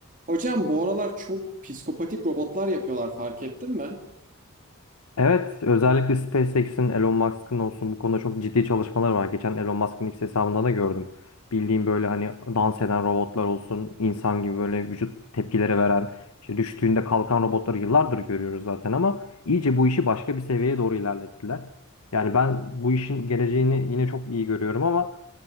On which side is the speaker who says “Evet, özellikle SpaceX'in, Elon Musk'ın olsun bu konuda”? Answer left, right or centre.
Left